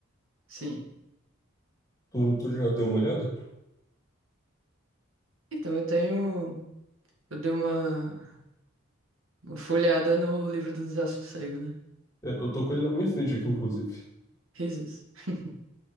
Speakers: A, on the right; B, on the left.
A: Sim.
B: Tu, tu já deu uma olhada?
A: Então, eu tenho. Eu dei uma, uma folheada no livro do Desassossego, né?
B: É, Eu tô com ele na minha frente aqui, inclusive.
A: Risos. <laughs>